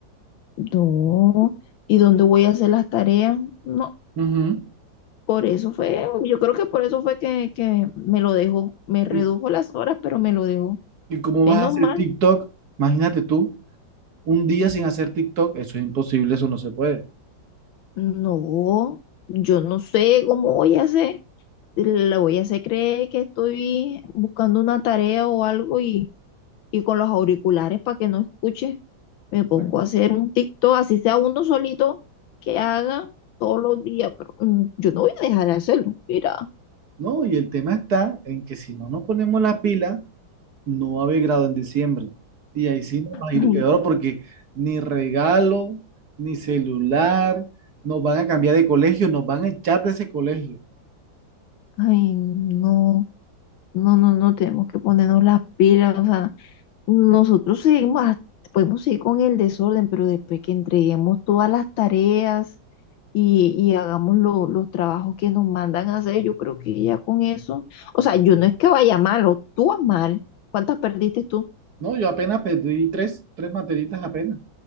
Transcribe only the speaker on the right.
Ujú.
¿Y,
y cómo
vas a hacer
TikTok? Imagínate tú, un día sin hacer TikTok. Eso es imposible, eso no se puede.
Bueno,
no, y el tema está en que si no nos ponemos las pilas no va a haber grado en diciembre. Y ahí sí nos va a ir
peor porque ni regalo, ni celular, nos van a cambiar de colegio, nos van a echar de ese colegio.
No, yo apenas pedí tres, tres materitas apenas.